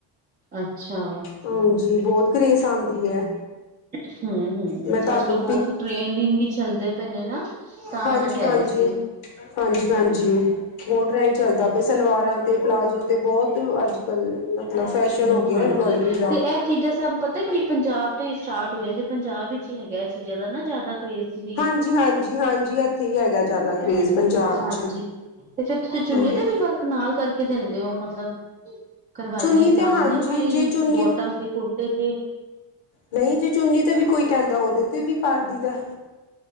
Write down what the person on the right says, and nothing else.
ਅੱਛਾ
ਹਮ- ਹਮ
ਅੱਜ ਕੱਲ੍ਹ ਬਹੁਤ ਟ੍ਰੈਂਡਿੰ ਹੀ ਚੱਲਦੇ ਪਏ ਨੇ ਨਾ। ਤਾਂ
ਮੈਂ ਕਹਿ
ਰਹੀ ਸੀ
ਹਮ
ਹਾਂਜੀ
ਤੇ ਇਹ ਚੀਜ਼ਾਂ ਸਭ ਪਤਾ ਕੀ ਪੰਜਾਬ ਤੋਂ ਹੀ ਸਟਾਰਟ ਹੋ ਜਾਂਦੇ ਪੰਜਾਬ ਵਿੱਚ ਹੀ ਹੈਗਾ। ਚੀਜ਼ਾਂ ਦਾ ਨਾ ਜ਼ਿਆਦਾ ਕਰੇਜ਼ ਵੀ
ਹਾਂਜੀ
ਤੇ ਫੇਰ ਤੁਸੀਂ ਚੁੰਨੀ
ਦੇ ਵੀ ਵਰਕ ਨਾਲ ਕਰਕੇ ਦਿੰਦੇ ਹੋ ਮਤਲਬ। ਕਰਵਾਈਏ
ਤਾਂ।
ਕੇ ਖਾਲੀ
ਬੋਟਮ ਤੇ ਕੁੜਤੇ ਤੇ।